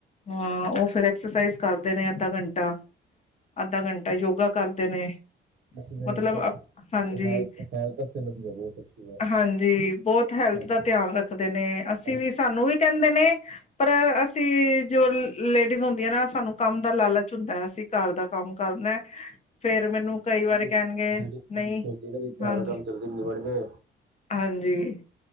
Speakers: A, on the left; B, on the right.
A: ਹਾਂ ਉਹ ਫਿਰ ਐਕਸਰਸਾਈਜ਼ ਕਰਦੇ ਨੇ ਅੱਧਾ ਘੰਟਾ। ਅੱਧਾ ਘੰਟਾ ਯੋਗਾ ਕਰਦੇ ਨੇ।
B: ਅਸੀਂ ਵੀ
A: ਮਤਲਬ
B: ਦੇਖੋ
A: ਹਾਂਜੀ,
B: ਹੈਲਥ ਹੈਲਥ ਵਾਸਤੇ ਵਧੀਆ ਬਹੁਤ ਅੱਛੀ ਹੈ
A: ਹਾਂਜੀ ਬਹੁਤ ਹੈਲਥ
B: ਹਾਂਜੀ
A: ਦਾ ਧਿਆਨ ਰੱਖਦੇ ਨੇ, ਅਸੀਂ
B: ਹਾਂਜੀ
A: ਵੀ ਸਾਨੂੰ ਵੀ ਕਹਿੰਦੇ ਨੇ ਪਰ ਅਸੀਂ ਜੋ ਲ-ਲੇਡੀਜ਼ ਹੁੰਦੀਆਂ ਨਾ ਸਾਨੂੰ ਕੰਮ ਦਾ ਲਾਲਚ ਹੁੰਦਾ ਐ ਅਸੀਂ ਘਰ ਦਾ ਕੰਮ ਕਰਨਾ ਏ, ਫੇਰ ਮੈਨੂੰ ਕਈ ਵਾਰੀ
B: ਲੇਡੀਜ਼
A: ਕਹਿਣਗੇ,
B: ਲੇਡੀਜ਼ ਕਹਿੰਦੀ
A: ਨਹੀਂ
B: ਸੋਚਦੀ ਨਾ ਵੀ ਘਰ
A: ਹਾਂਜੀ
B: ਦਾ ਕੰਮ ਜੱਲਦੀ ਨਿਬੜ ਜੇ।
A: ਹਾਂਜੀ,